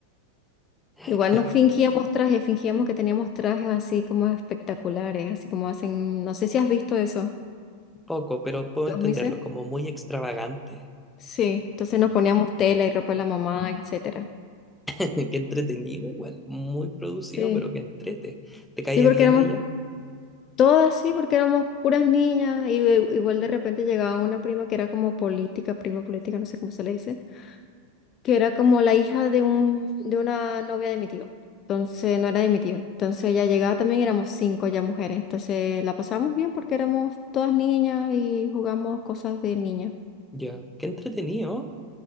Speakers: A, in the centre; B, on the left.
A: <laughs>
B: Igual nos fingíamos trajes, fingíamos que teníamos trajes así como espectaculares, así como hacen, no sé si has visto eso,
A: Poco, pero puedo
B: los
A: entenderlo,
B: mises.
A: como muy extravagante.
B: Sí, entonces nos poníamos tela y ropa de la mamá, etcétera.
A: Qué entretenido, igual. Muy producido,
B: Sí.
A: pero qué entrete. ¿Te caía
B: Sí, porque
A: bien
B: éramos
A: ella?
B: Todas sí, porque éramos puras niñas y de- igual de repente llegaba una prima que era como política, prima política, no sé cómo se le dice, que era como la hija de un de una novia de mi tío. Entonces no era de mi tío. Entonces ella llegaba también, éramos cinco ya mujeres. Entonces la pasamos bien porque éramos todas niñas y jugamos cosas de niñas.
A: Ya. Qué entretenido.